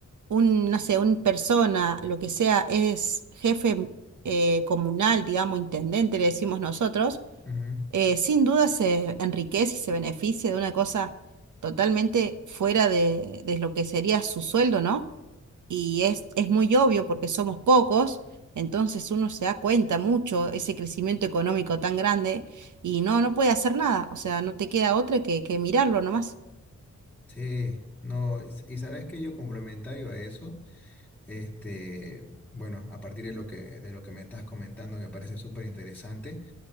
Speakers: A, on the right; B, in the centre.
A: un, no sé, una persona, lo que sea, es jefe eh, comunal, digamos, intendente, le decimos nosotros,
B: Ujú.
A: eh, sin duda se enriquece y se beneficia de una cosa totalmente fuera de, de lo que sería su sueldo, ¿no? y es, es muy obvio porque somos pocos, entonces uno se da cuenta mucho ese crecimiento económico tan grande y no, no puede hacer nada, o sea, no te queda otra que, que mirarlo nomás.
B: Sí, no, y s- y sabes que yo complementario a eso, este, bueno, a partir de lo que, de lo que me estás comentando, me parece súper interesante,